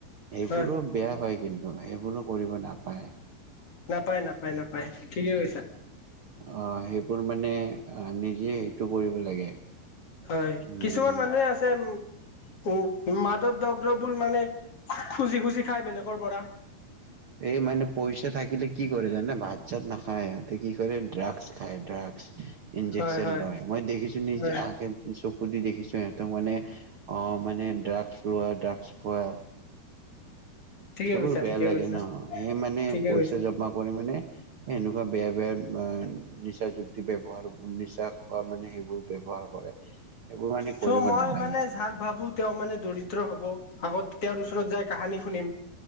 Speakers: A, on the right; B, on the left.
A: সেইবোৰো
B: হয়
A: বেয়া হয় কিন্তু সেইবোৰো কৰিব নাপায়।
B: নাপায় নাপায় নাপায়, ঠিকে কৈছা।
A: অ' সেইবোৰ মানে, আহ নিজে সেইটো কৰিব লাগে।
B: হয়,
A: উম
B: কিছুমান মানুহে আছে উম্। উ, মাদক দব্যবোৰ মানে খুজি খুজি খাই বেলেগৰ পৰা।
A: এই মানে পইচা থাকিলে। থাকিলে কি কৰে জানেনে, ভাত চাত নাখায় ইহঁতে কি কৰে ড্ৰাগছ খায় ড্ৰাগছ। ইন্জেকচন
B: হয় হয়
A: লয়, মই দেখিছো নিজে
B: হয়
A: চকু। যি দেখিছো সিহঁতক মানে অ' মানে ড্ৰাগছ লোৱা, ড্ৰাগছ খোৱা।
B: ঠিকে
A: সেইবোৰ
B: কৈছা
A: বেয়া
B: ঠিকে
A: লাগে
B: কৈছা
A: ন, সেই মানে
B: ঠিকে
A: পইচা
B: কৈছা
A: জমা কৰি মানে এনেকুৱা। বেয়া বেয়া, নিচা যুক্তি ব্যৱহাৰ নিচা খোৱা মানে সেইবোৰ ব্যৱহাৰ কৰে। এইবোৰ মানে কৰিব
B: চ' মই
A: নালাগে
B: মানে যাক ভাবো, তেওঁ মানে দৰিদ্ৰ হ'ব। আগত তেওঁৰ ওচৰত যাই কাহানী শুনিম,